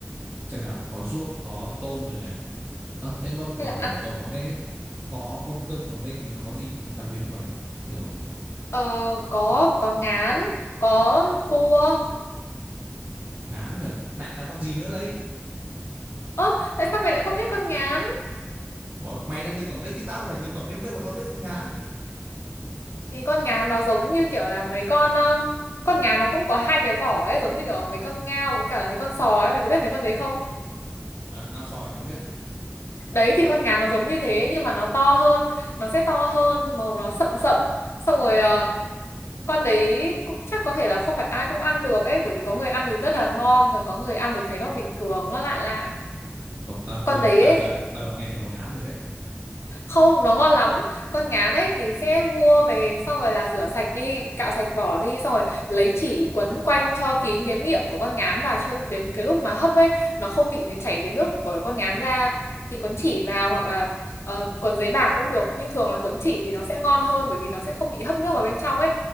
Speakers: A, on the right; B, on the left.
A: xem nào có ruốc có tôm rồi này. Ờ thế mâm
B: Hay
A: ở
B: là ăn
A: kiểu ở Quảng Ninh ấy có mâm cơm Quảng Ninh thì nó có gì đặc biệt không mày? Kiểu
B: ờ, có có ngán, có cua.
A: ngán nữa, lại là con gì nữa đấy?
B: Ơ, tại sao mày lại không biết con ngán?
A: Ủa mày là người Quảng Ninh chứ tao không phải người Quảng Ninh đâu mà tao biết con ngán.
B: thì con ngán nó giống như kiểu là mấy con ờ, con ngán nó cũng có hai cái vỏ ấy giống như kiểu mấy con ngao với cả mấy con sói ấy. mày có biết mấy con đấy không
A: à, ngao sòi tao biết
B: đấy thì con ngán nó giống như thế nhưng mà nó to hơn nó sẽ to hơn màu nó sậm sậm xong rồi ờ, con đấy cũng chắc có thể là không phải ai cũng ăn được ấy bởi vì có người ăn thì rất là ngon còn có người ăn thì thấy nó bình thường nó lạ lạ
A: không tao chưa
B: con đấy
A: tao
B: ấy,
A: chưa ăn tao nghe thấy nó ngán rồi đấy
B: không nó ngon lắm con ngán ấy thì sẽ mua về xong rồi là rửa sạch đi cạo sạch vỏ đi xong rồi lấy chỉ quấn quanh cho kín cái miệng của con ngán vào cho đến cái lúc mà hấp ấy nó không bị chảy cái nước của con ngán ra thì quấn chỉ vào hoặc là ờ, quấn giấy bạc cũng được nhưng thường là quấn chỉ thì nó sẽ ngon hơn bởi vì nó sẽ không bị hấp nước vào bên trong ấy